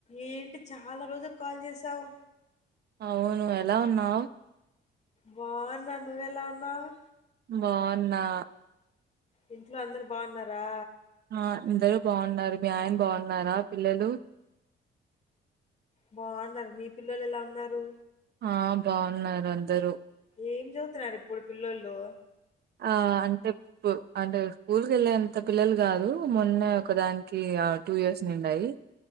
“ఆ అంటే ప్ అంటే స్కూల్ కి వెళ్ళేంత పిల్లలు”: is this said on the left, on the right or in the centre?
Right